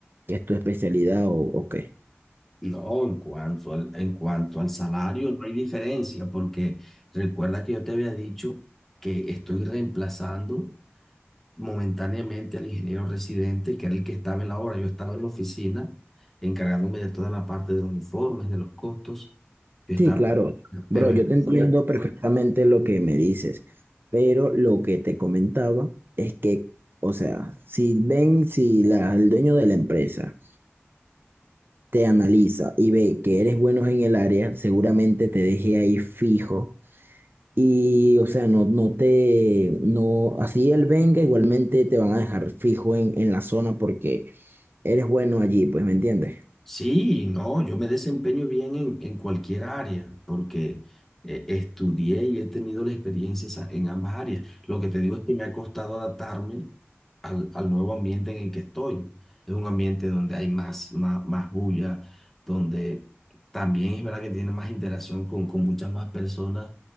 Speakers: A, on the right; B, in the centre.
A: que es tu especialidad o, o qué?
B: no, en cuanto al, en cuanto al salario no hay diferencia, porque recuerda que yo te había dicho que estoy reemplazando momentáneamente al ingeniero residente, que era el que estaba en la obra. Yo estaba en la oficina encargándome de toda la parte de los informes, de los costos. Yo estaba,
A: Sí, claro. Bro,
B: pero
A: yo
B: esto
A: te entiendo
B: fue
A: perfectamente lo que me dices, pero lo que te comentaba es que, o sea, si ven, si la- el dueño de la empresa te analiza y ve que eres bueno en el área, seguramente te deje ahí fijo y, o sea, no, no te, no, así él venga, igualmente te van a dejar fijo en, en la zona porque eres bueno allí, pues, ¿me entiendes?
B: Sí, no, yo me desempeño bien en, en cualquier área porque eh, estudié y he tenido la experiencia esa- en ambas áreas. Lo que te digo es que me ha costado adaptarme al, al nuevo ambiente en el que estoy. Es un ambiente donde hay más, más, más bulla, donde también es verdad que tiene más interacción con, con muchas más personas